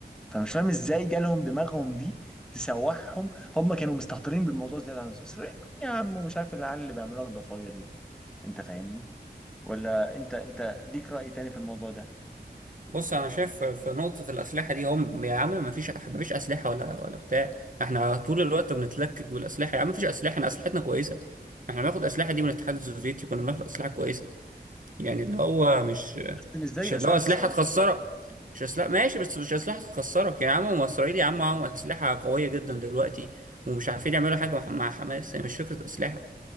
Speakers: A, in the centre; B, on the right.
A: فمش فاهم ازاي جالهم دماغهم دي تسوحهم هم كانوا مستهترين بالموضوع زياده عن اللزوم إسرائيل يا عم ومش عارف العيال اللي بيعملوا لك ضفاير دي انت فاهمني ولا انت انت ليك راي تاني في الموضوع ده
B: بص انا شايف في نقطه الاسلحه دي هم يا عم ما فيش ما فيش اسلحه ولا ولا بتاع احنا طول الوقت بنتلكك بالاسلحه يا عم ما فيش اسلحه احنا اسلحتنا كويسه احنا بناخد اسلحه دي من الاتحاد السوفيتي كنا بناخد اسلحه كويسه يعني اللي هو مش
A: بس مش زي
B: مش اللي
A: اسلحه
B: هو اسلحه
A: اسرائيل
B: تخسرك مش اسلحه ماشي بس مش اسلحه تخسرك يعني يا عم هم اسرائيل يا عم معاهم اسلحه قويه جدا دلوقتي ومش عارفين يعملوا حاجه مع مع حماس يعني مش فكره اسلحه